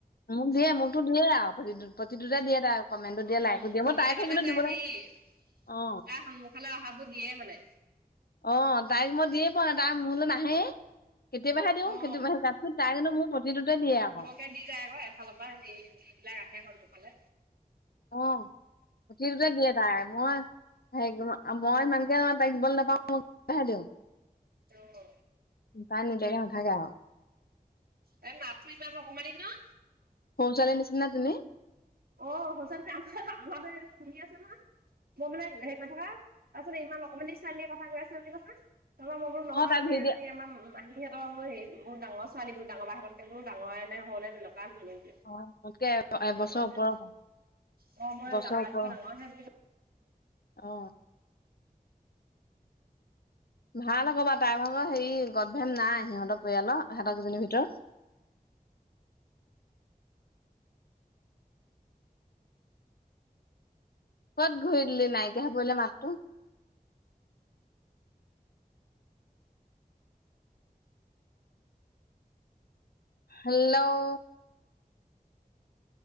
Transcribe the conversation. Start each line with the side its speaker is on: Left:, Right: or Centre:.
Left: মোক দিয়ে মোৰটোত দিয়ে আও প্ৰতিটোত প্ৰতিটোতে দিয়ে তাই। কমেণ্টটো দিয়ে
Right: অ', মোকো
Left: লাইকো মই
Right: দিয়ে।
Left: তাইকহে
Right: তাৰমানে
Left: কিন্তু
Right: তাৰ
Left: দিবলৈ
Right: হেই তাইৰ
Left: অ
Right: সন্মুখলে অহাবোৰ দিয়ে মানে।
Left: অ তাইক মই দিয়ে পোৱা নাই। তাই মোলে নাহেই। কেতিয়াবাহে দিওঁ
Right: অ
Left: কেতিয়াবাহে তাত তাই কিন্তু মোৰ প্ৰতিটোতে দিয়ে আকৌ।
Right: তে দি যায় আকৌ এফালৰ পৰা যিবিলাক আহে সন্মুখলে।
Left: অ প্ৰতিটোতে দিয়ে তাই। মই সেই মই ইমানকে তাইক দিবলে নেপাওঁ। <unintelligible> হে দিওঁ।
Right: অ।
Left: বা নিদিয়াকে নাথাকে আও।
Right: তাইৰ মাতটো ইমান অকমানি ন?
Left: সৰু ছোৱালীৰ নিচিনা তেনেই।
Right: অ, সঁচাকে আ <unintelligible> আমাৰটোৱে এদিন শুনি আছে নহয়। মই মানে হেৰি কৰি থাকা, তাৰপিছত ইমান অকমানি ছোৱালীয়ে কথা কৈ আছে বুলি কৈছে। তাৰপা মই বোলো নহয়
Left: অ তাই ভিডিঅ'
Right: এইজনী আমাৰ মাহী সিহঁতৰ বোলো হেৰি, বহুত ডাঙৰ ছোৱালী বুলি ডাঙৰ বাহঁতককে বোলো ডাঙৰে নে সৰুৱেনে তেনেকুৱা বোলো।
Left: অ মোতকে এ এবছৰ
Right: ডাঙৰহে
Left: ওপৰ হ'ব। এবছৰৰ
Right: অ মই ডাঙৰ বাতকৈ
Left: ওপৰ।
Right: ডাঙৰহে বুলি
Left: অ। ভাল আকৌ বা তাইৰ ভাগৰ হেৰি গদ ভেম নাই সিহঁতৰ পৰিয়ালৰ সিহঁতৰ কিজনীৰ ভিতৰত। কত ঘূৰি দিলি নাইকিয়া হৈ পৰিলে মাতটো। হেল্লও